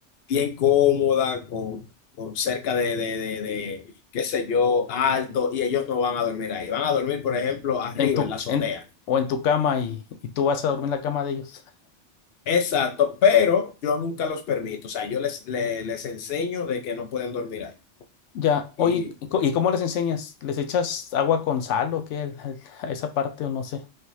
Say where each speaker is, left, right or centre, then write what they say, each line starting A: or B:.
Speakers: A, on the left; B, on the left.
A: bien cómoda, con, con cerca de, de, de, de, qué sé yo, alto, y ellos no van a dormir ahí. Van a dormir, por ejemplo, arriba
B: en tu,
A: en la azotea.
B: en, o en tu cama y, y tú vas a dormir en la cama de ellos.
A: Exacto, pero yo nunca los permito. O sea, yo les, le- les, enseño de que no pueden dormir ahí.
B: Ya,
A: Y
B: oye, ¿y co- y cómo les enseñas? ¿Les echas agua con sal o qué? <laughs> al- al- A esa parte o no sé.